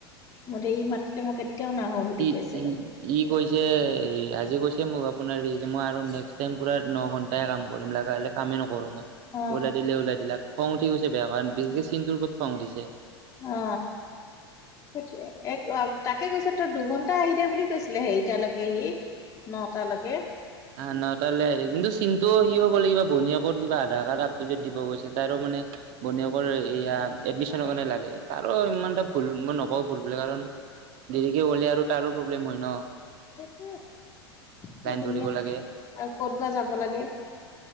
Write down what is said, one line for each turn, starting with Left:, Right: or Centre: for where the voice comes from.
Left: মইতে ই মাতিলে মই কেতিয়াও নাহো বুলি
Right: ই
Left: কৈছে
Right: ই
Left: কথা
Right: ই কৈছে আজি কৈছে তাকে মোক আপোনাৰ মই আৰু নেক্সট টাইম পূৰা ন ঘণ্টাই কাম কৰিম লগাগা হ'লে কামেই নকৰোঁ মই
Left: অ
Right: ওলাই দিলে ওলাই দিলাকা খং উঠি গৈছে বেয়া কাৰণ বিশেষকে চিনন্তটোৰ ওপৰত খং উঠিছে
Left: অ সেইটো এক তাকে গৈছে তই দুঘন্টা টা আহি দা বুলি কৈছিলে হেৰিটালৈকে সি নটালৈকে
Right: হা ন তালে হেৰি কিন্তু চিনন্তটো স হ' লাগিবা ভনীয়েকৰ কিবা আধাৰ কাৰ্ড আপটুডেট দিব গৈছে তাৰো মানে বনীয়েকৰ এয়া এডমিশনৰ কাৰণে লাগে তাৰো ইমান এটা ভুল মই নকওঁ ভুল বোলে কাৰণ দেৰিকে লে আৰু তাৰো প্ৰব্লেম হয় ন
Left: সেইটো ধুনীয়া
Right: ধৰিব লাগে
Left: আৰু ক'ত বা যাব লাগে